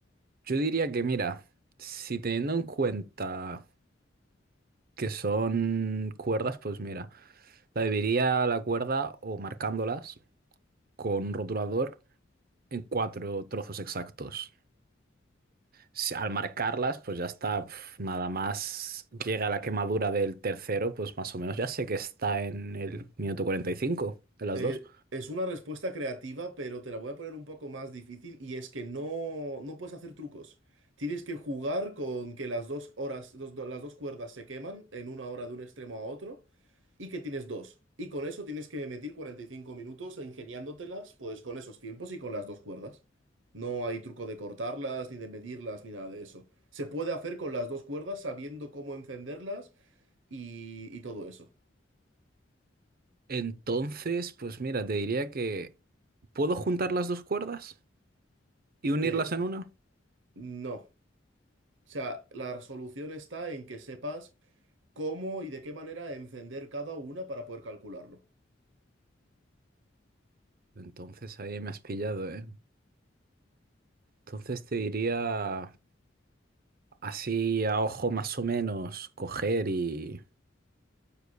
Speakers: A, on the right; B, on the right.
A: Yo diría que, mira, si teniendo en cuenta que son cuerdas, pues mira, la dividiría la cuerda o marcándolas. con un rotulador en cuatro trozos exactos. Si- Al marcarlas, pues ya está, pf, nada más llega la quemadura del tercero, pues más o menos ya sé que está en el minuto 45 de las
B: Eh,
A: dos.
B: es una respuesta creativa, pero te la voy a poner un poco más difícil y es que no, no puedes hacer trucos. Tienes que jugar con que las dos horas, dos- do- las dos cuerdas se queman en una hora de un extremo a otro y que tienes dos. Y con eso tienes que meter 45 minutos ingeniándotelas, pues con esos tiempos y con las dos cuerdas. No hay truco de cortarlas, ni de medirlas, ni nada de eso. Se puede hacer con las dos cuerdas sabiendo cómo encenderlas y, y todo eso.
A: Entonces, pues mira, te diría que puedo juntar las dos cuerdas y unirlas
B: Eh,
A: en una.
B: no. O sea, la solución está en que sepas cómo y de qué manera encender cada una para poder calcularlo.
A: Entonces ahí me has pillado, ¿eh? Entonces te diría así a ojo más o menos coger y